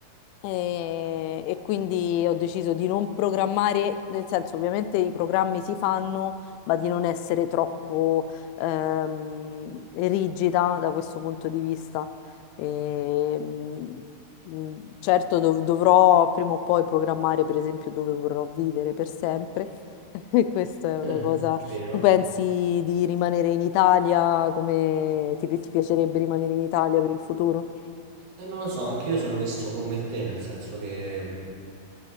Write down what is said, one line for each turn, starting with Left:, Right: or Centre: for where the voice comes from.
Left: E, e quindi ho deciso di non programmare, nel senso, ovviamente i programmi si fanno, ma di non essere troppo ehm, rigida da questo punto di vista. E, mh, mh, certo, dov- dovrò prima o poi programmare, per esempio, dove vorrò vivere per sempre. <laughs> E Questa è una
Right: <laughs>
Left: cosa.
Right: Vero?
Left: Tu pensi di rimanere in Italia? Come ti, ti piacerebbe rimanere in Italia per il futuro?
Right: Eh, non lo so, anche io sono messo come te, nel senso che mm,